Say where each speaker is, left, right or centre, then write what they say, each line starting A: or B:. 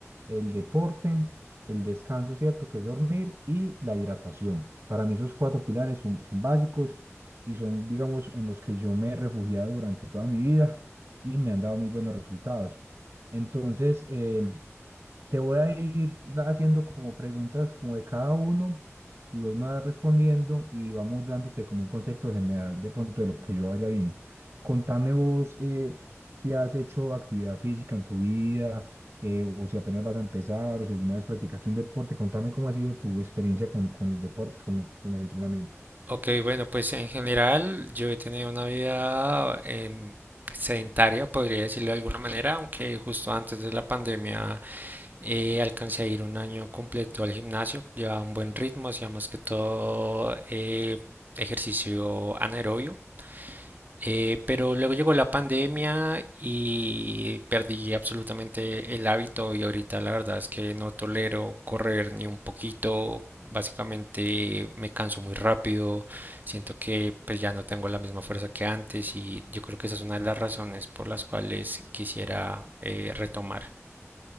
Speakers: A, on the right (about 55°); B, on the right (about 35°).
A: el deporte, el descanso, ¿cierto? Que es dormir y la hidratación. Para mí esos cuatro pilares son, son básicos y son, digamos, en los que yo me he refugiado durante toda mi vida y me han dado muy buenos resultados. Entonces, em, te voy a ir da- haciendo como preguntas como de cada uno y vos me vas respondiendo y vamos dándote como un concepto general de pronto de lo que yo vaya viendo. Contame vos eh, si has hecho actividad física en tu vida eh, o si apenas vas a empezar o si alguna vez practicaste un deporte. Contame cómo ha sido tu experiencia con, con los deportes, con el, con el entrenamiento.
B: Ok, bueno, pues en general yo he tenido una vida en- sedentaria, podría decirlo de alguna manera, aunque justo antes de la pandemia eh, alcancé a ir un año completo al gimnasio, llevaba un buen ritmo, hacía más que todo eh, ejercicio anaerobio. Eh, pero luego llegó la pandemia y perdí absolutamente el hábito y ahorita la verdad es que no tolero correr ni un poquito. Básicamente me canso muy rápido, siento que pues ya no tengo la misma fuerza que antes y yo creo que esa es una de las razones por las cuales quisiera eh, retomar.